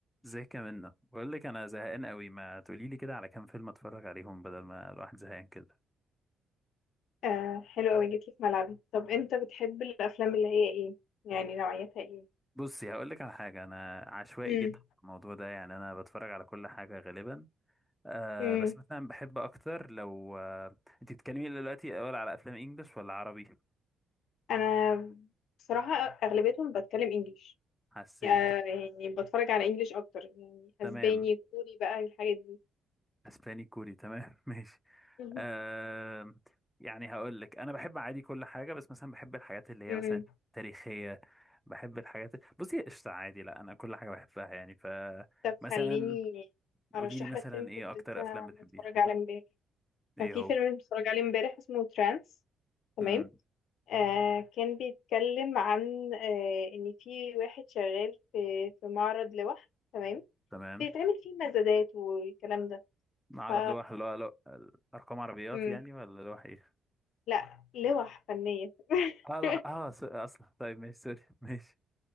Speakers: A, in the centre; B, on the left.
A: ازيك يا منى بقول لك انا زهقان قوي ما تقولي لي كده على كام فيلم اتفرج عليهم بدل ما الواحد زهقان كده
B: آه حلو قوي جيتي في ملعبي طب انت بتحب الافلام اللي هي ايه يعني نوعيتها ايه
A: بصي هقول لك على حاجه انا عشوائي
B: امم
A: جدا في الموضوع ده يعني انا بتفرج على كل حاجه غالبا آه
B: امم
A: بس مثلا بحب اكتر لو آه انت بتتكلمي دلوقتي اول على افلام انجلش ولا عربي
B: انا بصراحه اغلبيتهم بتكلم انجليش
A: حسيت
B: يعني بتفرج على انجليش اكتر يعني اسباني
A: تمام
B: كوري بقى الحاجات دي
A: اسباني كوري تمام <laughs> ماشي
B: مهم.
A: آه يعني هقول لك انا بحب عادي كل حاجه بس مثلا بحب الحاجات اللي هي
B: امم
A: مثلا تاريخيه بحب الحاجات بصي قشطه عادي لا انا كل حاجه بحبها يعني ف
B: طب
A: مثلا
B: خليني
A: قولي
B: ارشح
A: لي مثلا
B: لك فيلم
A: ايه
B: كنت
A: اكتر
B: لسه
A: افلام بتحبيها
B: متفرج عليه
A: مم.
B: امبارح كان
A: ايه
B: في
A: هو
B: فيلم متفرج عليه امبارح اسمه ترانس تمام
A: امم
B: آه كان بيتكلم عن آه ان في واحد شغال في في معرض لوح تمام
A: تمام
B: بيتعمل فيه مزادات والكلام ده
A: معرض
B: ف
A: لوح اللي هو لو... ارقام عربيات
B: مم.
A: يعني ولا لوح ايه
B: لا لوح فنية <laughs>
A: اه لوح اه س... اصلا طيب ماشي سوري ماشي